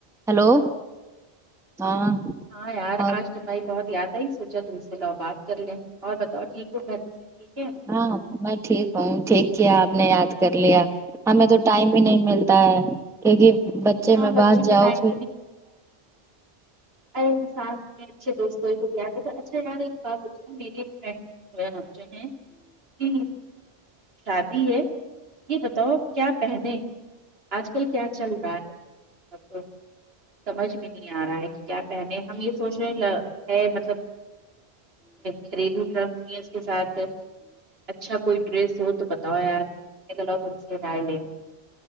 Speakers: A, in the centre; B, on the right (about 65°).
A: hello ہاں
B: ہاں یار
A: اور
B: آج تمہاری بہت یاد آئی سوچا تم سے لو بات کر لیں اور بتاؤ ٹھیک ہو گھر میں سب ٹھیک ہے
A: ہاں میں ٹھیک ہوں ٹھیک کیا آپ نے یاد کر لیا ہمیں تو ٹائم ہی نہیں ملتا تا ہے کیونکہ بچے
B: ہاں
A: میں
B: بچوں
A: بس جاؤ
B: ٹائم
A: پھر
B: ہر انسان کے اچھے دوست ضرور <unintelligible> جو ہے <unintelligible> اس کی شادی ہے یہ بتاؤ کیا پہنے آج کل کیا چل رہا ہے <unintelligible> سمجھ میں نہیں آ رہا ہے کہ کیا پہنے ہم یہ سوچ رہے ہے مطلب گھریلو ٹرمز بھی ہے اس کے ساتھ اچھا کوئی ڈریس ہو تو بتاؤ یار ایک الوگ ان سے ڈال لیں